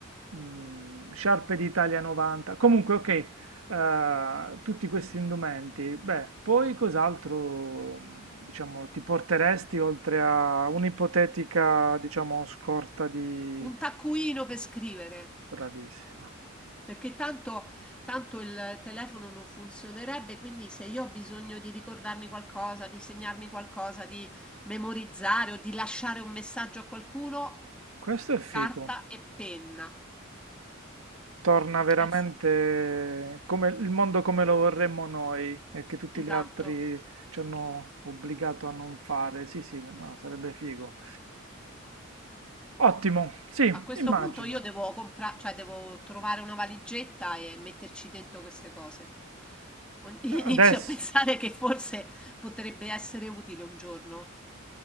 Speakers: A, on the right (about 80°); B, in the centre.
A: mm, sciarpe d'Italia 90. Comunque, ok, eh, tutti questi indumenti. Beh, poi cos'altro, mm, diciamo, ti porteresti oltre a un'ipotetica, diciamo, scorta di...
B: Un taccuino per scrivere.
A: Bravissima.
B: Perché tanto, tanto il telefono non funzionerebbe, quindi se io ho bisogno di ricordarmi qualcosa, di segnarmi qualcosa, di memorizzare o di lasciare un messaggio a qualcuno,
A: Questo è figo.
B: carta e penna.
A: torna veramente
B: Eh sì.
A: come il mondo come lo vorremmo noi e che tutti
B: Esatto.
A: gli altri ci hanno obbligato a non fare. Sì, sì, no, sarebbe figo. Ottimo, sì,
B: A questo
A: immagino.
B: punto io devo comprare, cioè devo trovare una valigetta e metterci dentro queste cose. Ogni- <laughs> Inizio
A: Adesso.
B: a pensare che forse potrebbe essere utile un giorno.